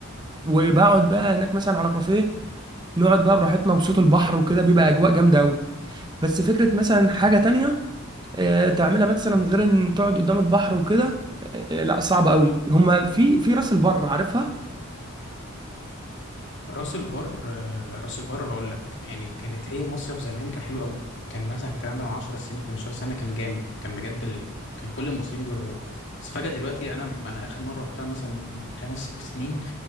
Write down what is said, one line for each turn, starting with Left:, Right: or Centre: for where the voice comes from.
Right: وبقعد بقى هناك مثلا على كافيه نقعد بقى براحتنا وصوت البحر وكده بيبقى اجواء جامده قوي بس فكره مثلا حاجه تانية آه، تعملها مثلا غير ان تقعد قدام البحر وكده آه، لا صعب قوي هما في في راس البر عارفها
Left: راس البر آه، راس البر هقول لك يعني كانت هي مصيف زمان كان حلو قوي كان مثلا الكلام ده من 10 سنين 15 سنه كان جامد كان بجد ال... كان كل المصريين بيروحوه بس فجأة دلوقتي انا انا اخر مره رحتها مثلا من خمس ست سنين